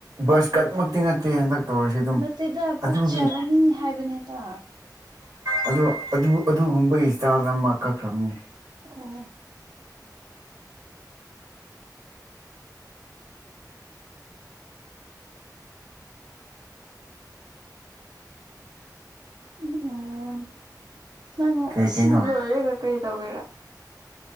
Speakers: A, on the right; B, on the right.
A: ꯕꯖ ꯀꯠꯃꯛꯇꯤ ꯅꯠꯇꯦ ꯍꯟꯗꯛ ꯇꯧꯔꯁꯤ ꯑꯗꯨꯝ
B: ꯅꯠꯇꯦꯗ ꯄꯛꯆꯒꯅꯤ
A: ꯑꯗꯨꯒꯤ
B: ꯍꯥꯏꯕꯅꯤꯗ
A: ꯑꯣ ꯑꯗꯨ ꯑꯗꯨꯒꯨꯝꯕꯒꯤ ꯏꯁꯇꯥꯜꯗ ꯑꯃ ꯀꯛꯈ꯭ꯔꯕꯅꯤ
B: ꯑꯣ ꯎꯝ ꯅꯪ
A: ꯀꯩ
B: ꯑꯁꯤ
A: ꯀꯩꯅꯣ
B: ꯂꯣꯏꯔꯦꯒ ꯀꯔꯤ ꯇꯧꯒꯦꯔꯥ